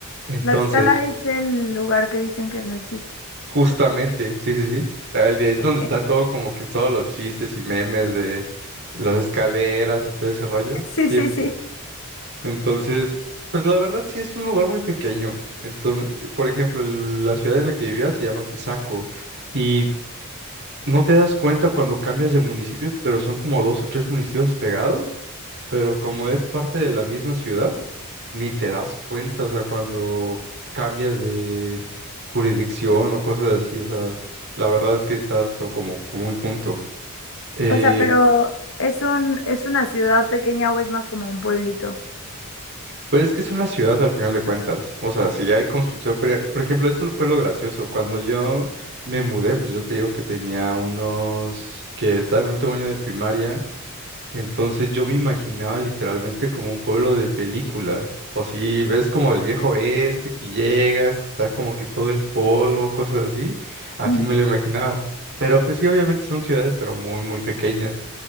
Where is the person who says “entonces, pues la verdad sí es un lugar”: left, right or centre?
Right